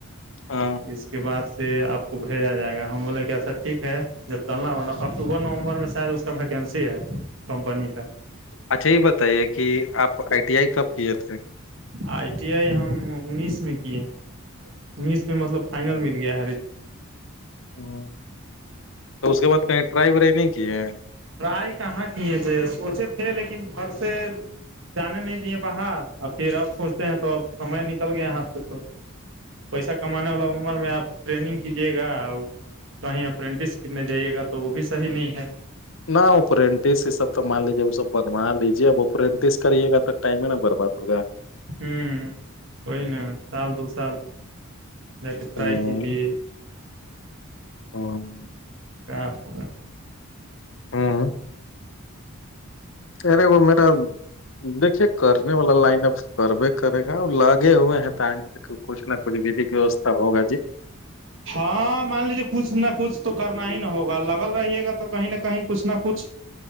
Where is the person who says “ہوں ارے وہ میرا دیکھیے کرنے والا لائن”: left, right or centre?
Left